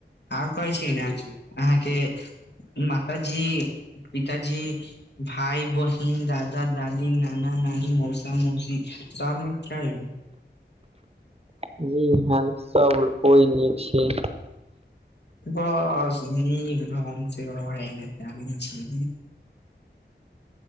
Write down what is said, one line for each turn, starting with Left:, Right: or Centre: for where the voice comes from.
Left: आओर कहै छै ने अहाँके माताजी पिताजी भाइ बहिन ह दादा दादी नाना नानी मौसा मौसी सब निक छै
Right: जी हँ सब कोइ निक छै
Left: बस नीक ढंग से रहै के चाही छी